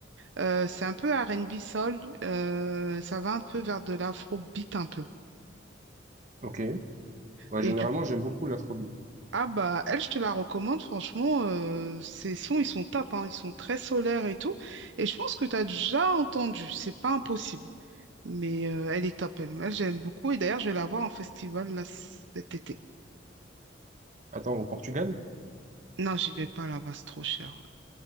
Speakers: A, on the right (about 70°); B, on the right (about 40°).
A: Euh, c'est un peu R&B soul, euh, ça va un peu vers de l'afrobeat un peu.
B: Ok. Bah,
A: Et
B: généralement,
A: du coup,
B: j'aime beaucoup l'afrobeat.
A: ah bah, elle, je te la recommande, franchement, euh, ces sons, ils sont top, hein, ils sont très solaires et tout. Et je pense que tu as déjà entendu, c'est pas impossible. Mais euh, elle est top, elle. Moi, j'aime beaucoup. Et d'ailleurs, je vais la voir en festival là, cet été.
B: Attends, au Portugal?
A: Non, j'y vais pas là-bas, c'est trop cher.